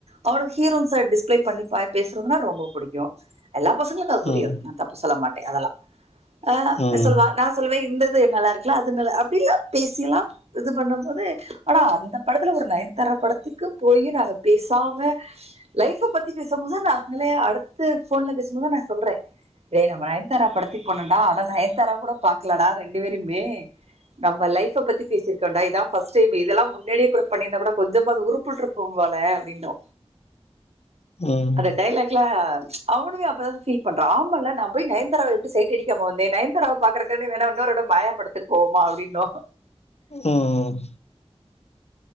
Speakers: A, on the right; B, on the left.
A: அவளோ ஹீரோன்ஸ டிஸ்பிளே பண்ணி பேசுறதுன்னா ரொம்ப பிடிக்கும் எல்லா பசங்களுக்கும் அது புரியாது
B: ம்.
A: நா தப்பு சொல்ல மாட் அதெல்லாம் ஆ
B: ம்.
A: சொல்லவா நான் சொல்வேன் இந்த து நல்லா இருக்கலாம் அது அப்படல்லாம் பேசலாம் இது பண்ணும் போது ஆனா அந்த படத்துல ஒரு நயன்தாரா படத்துக்கு போய் நாங்க பேசாம லைஃப் பத்தி பேசும்போது நாங்களே அடுத்து போன்ல பேசும்போதான் நான் சொல்றேன் டே நம்ம நயன்தாரா படுத்தி போனடா ஆனா நயன்தாரா கூட பாக்கலடா ரெண்டு பேருமே நம்ம லைப் பத்தி பேசிருக்கோன்டா இதான் ஃபர்ஸ்ட் டைம் இதெல்லாம் முன்னாடியே கூட பண்ணிருந்தா கூட கொஞ்சமா அது உருப்பட்டுருப்பபோம் போல அப்டின்னோ
B: ம்.
A: அந்த டயலாக் லா அவனுமே அப்பதான் ஃபீல்பண்ரா ஆமால்ல நான் போய் நயன்தாராவ எப்படி சைட் அடிக்காம வந்தேன் நயன்தாராவ பாக்குறதுக்குன்ன வேணா இன்னொரு தடவ மாய படத்துக்கு போவோம்மா அப்படின்னும்
B: உம்